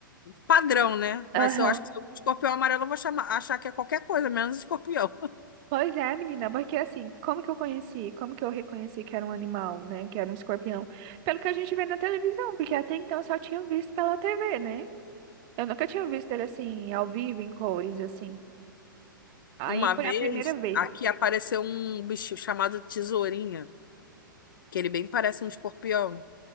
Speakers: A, on the left (about 70°); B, on the right (about 35°).
A: padrão, né? Mas
B: Aham.
A: eu acho que se eu ver um escorpião amarelo, eu vou chamar, achar que é qualquer coisa, menos escorpião. <laughs>
B: Pois é, menina, porque assim, como que eu conheci? Como que eu reconheci que era um animal, né? Que era um escorpião? Pelo que a gente vê na televisão, porque até então eu só tinha visto pela TV, né? Eu nunca tinha visto ele assim, ao vivo, em cores, assim. Aí
A: Uma
B: foi
A: vez,
B: a primeira vez.
A: aqui apareceu um bicho chamado tesourinha, que ele bem parece um escorpião.